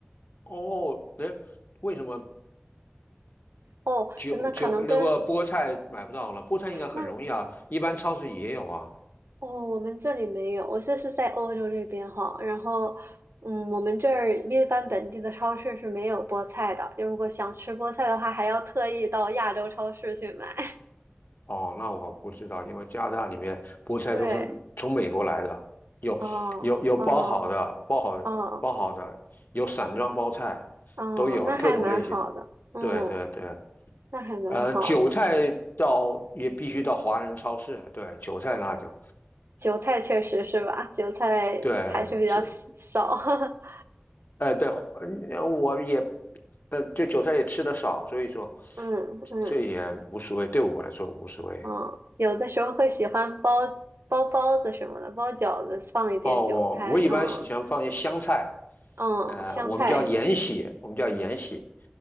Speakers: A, on the left (about 50°); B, on the right (about 85°).
A: 哦，哎，为什么
B: 哦，
A: 韭韭那个菠菜买不到呢？
B: 那可能跟
A: 菠菜应该很容易啊，
B: 那那。
A: 一般超市也有啊。
B: 哦，我们这里没有，我这是在欧洲这边哈，然后，嗯，我们这儿一般本地的超市是没有菠菜的，就如果想吃菠菜的话，还要特意到亚洲超市去买。<laughs>
A: 哦，那我不知道，因为加拿大里面菠菜都是从美国来的，
B: 对，
A: 有有有包好的，
B: 哦，哦，
A: 包好包好的，
B: 哦，
A: 有散装包菜，
B: 哦，
A: 都有各种类型的。
B: 那还蛮好的，嗯，
A: 对对对，
B: 那还蛮好的。
A: 呃，韭菜到也必须到华人超市，对，韭菜那就
B: 韭菜确实是吧，韭菜还是比较稀少，
A: 对吃，
B: <laughs>
A: 呃，对，呃我也，呃，对韭菜也吃的少，所以说
B: 嗯嗯
A: 这这也无所谓，对我来说无所谓。
B: 嗯，有的时候会喜欢包包包子什么的，包饺子放一点韭菜，
A: 哦，我我一般喜欢放些香菜，
B: 嗯。嗯，
A: 呃，
B: 香菜
A: 我们叫芫荽，我们叫芫荽，